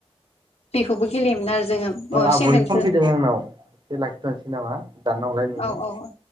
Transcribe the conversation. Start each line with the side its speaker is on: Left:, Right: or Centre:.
Left: बेखौबो गेलेयोमोन आरो। जोङो
Right: ओ आब'नि
Left: सेन्देलखौ
Right: फन फैदों आंनाव एसे लाखिथनोसै नामा दाना हरलाय नोंङो।
Left: औ औ औ